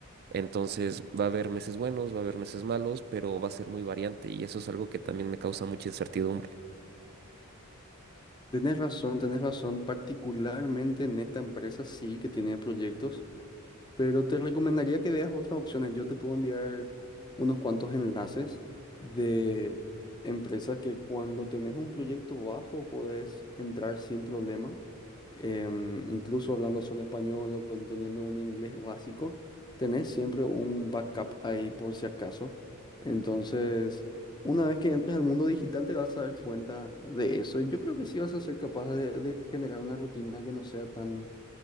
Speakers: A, on the right (about 45°); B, on the left (about 20°).
A: Entonces va a haber meses buenos, va a haber meses malos, pero va a ser muy variante y eso es algo que también me causa mucha incertidumbre.
B: Tenés razón, tenés razón, particularmente en esta empresa sí que tiene proyectos. Pero te recomendaría que veas otras opciones. Yo te puedo enviar unos cuantos enlaces de empresas que cuando tenés un proyecto bajo podés entrar sin problema. Em, incluso hablando solo español o con- teniendo un inglés básico, tenés siempre un backup ahí por si acaso. Entonces, una vez que entres al mundo digital te vas a dar cuenta de eso. Y yo creo que sí vas a ser capaz de, de generar una rutina que no sea tan